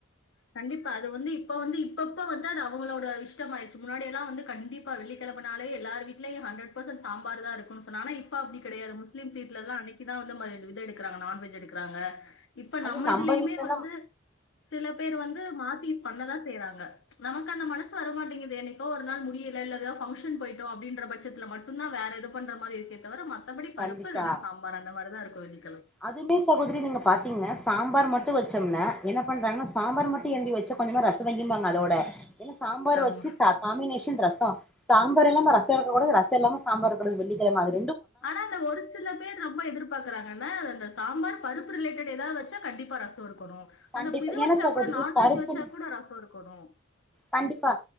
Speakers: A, on the left; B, in the centre.
A: சண்டிப்பா அது வந்து இப்ப வந்து இப்பப்ப வந்து அது அவங்களோட இஷ்டம் ஆயிடுச்சு முன்னாடி எல்லா வந்து கண்டிப்பா வெள்ளி கெழமனாலே எல்லார் வீட்லயு ஹண்டர் பர்சன்ட் சாம்பார் தா இருக்கு சோ நாம இப்ப அப்டி கெடையாது முஸ்லீம்ஸ் வீட்லதா அன்னைக்கு தா அந்த மாறி இது எடுக்கறாங்க நான்வெஜ் எடுக்கறாங்க இப்ப
B: ஐயோ
A: நம்ம இதுலயுமே
B: வீட்லல்லாம்
A: வந்து சில து மாத்தி பண்ணதா செய்றாங்க நமக்கு அந்த மனசு வரமாட்டேங்குது என்னைக்கோ ஒரு நாள் முடில இல்ல எதோ பங்க்ஷன் போயிட்டோ அப்டின்ற பட்சத்துல மட்டு தா வேற எது பண்ற மாறி இருக்கே தவிர மத் மத்தபடி பருப்பு
B: கண்டிப்பா
A: இல்லன்னா சாம்பார் அந்த மாறிதா இருக்கு வெள்ளி
B: அதுமே சகோதரி நீங்க பாத்தீங்ன்னா சாம்பார் மட்டு வச்சோம்னா என்ன பண்றாங்க சாம்பார் மட் த்திஎந்தி வச்ச கொஞ்சமா ரசோ வையிம்பாங்க அதோட என்ன சாம்பார்
A: ஆமா.
B: வச்சு காமினேஷ ரசோ சாம்பார் இல்லாம ரசோ இருக்ககூடாது ரசோ இல்லாம சாம்பார் இருக்கூடாது வெள்ளிக்கெழம மாதிரி
A: ஆனா அந்த ஒரு சில பேர் ரொம்ப எதிர்பாக்கறாங்க என்னா அது அந்த சாம்பார் பருப்பு ரிலேட்டட் எதா வச்சா கண்டிப்பா ரசோ இருக் இருக்கோணு அந்த
B: கண்டிப்பா
A: இது
B: ஏன்னா
A: வச்சா
B: சகோதரி
A: கூட நான்வெஜ்
B: பருப்பு
A: வச்சா கூட ரசம் இருக்கோணு
B: கண்டிப்பா